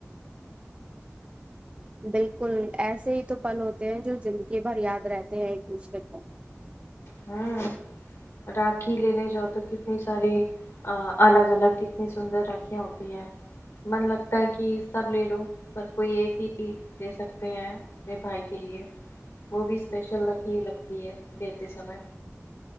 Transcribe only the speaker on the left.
ہاں راکھی لینے جاؤ تو کتنی ساری الگ الگ اتنی سندر رھیاں ہوتی ہیں من لگتا ہے کہ سب لے لو پر کوئی ایک ہی لے سکتے ہیں اپنے بھائی کے لیے وہ بھی اسپیشل رکھی ہی لگتی ہے دیتے سمے